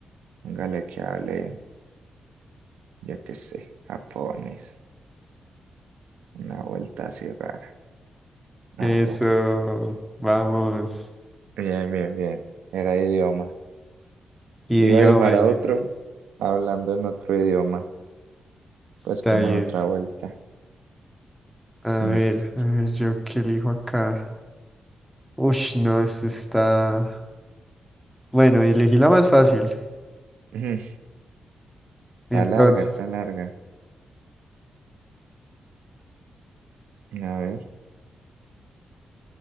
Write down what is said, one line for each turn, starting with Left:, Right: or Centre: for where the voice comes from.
Right: hágale que hable, yo qué sé, japonés, una vuelta así rara. Ah,
Centre: Eso,
Right: ya,
Centre: vamos.
Right: bien, bien, bien, era idioma.
Centre: Idioma,
Right: Iba a dibujar
Centre: idioma.
Right: a otro hablando en otro idioma, pues
Centre: Está
Right: como
Centre: bien.
Right: en otra vuelta.
Centre: A
Right: Listo.
Centre: ver, a ver, yo qué elijo acá. Uy, no, esto está. Bueno, elegí la más fácil.
Right: Ujú, Está
Centre: Entonces,
Right: larga, está larga. A ver.